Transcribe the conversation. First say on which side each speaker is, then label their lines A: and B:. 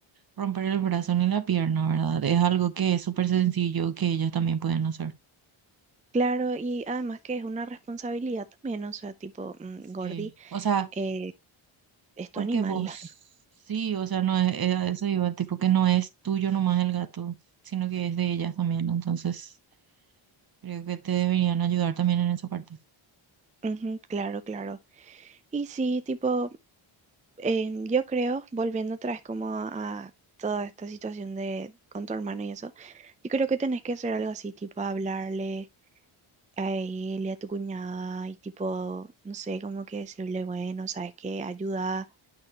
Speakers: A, on the right; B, on the right.
A: romper el brazo ni la pierna, ¿verdad? Es algo que es súper sencillo que ellos también pueden hacer.
B: Claro, y además que es una responsabilidad también, o sea, tipo, mm, Gordi,
A: Sí, o sea,
B: eh, es tu
A: porque
B: animal.
A: vos,
B: <laughs>
A: sí, o sea, no es, es a eso iba, tipo que no es tuyo nomás el gato, sino que es de ellas también, entonces creo que te deberían ayudar también en esa parte.
B: Ujú, claro, claro. Y sí, tipo. em, yo creo, volviendo otra vez como a, a toda esta situación de con tu hermano y eso, yo creo que tenés que hacer algo así, tipo hablarle a él y a tu cuñada y tipo, no sé, como que decirle, bueno, sabes que ayuda,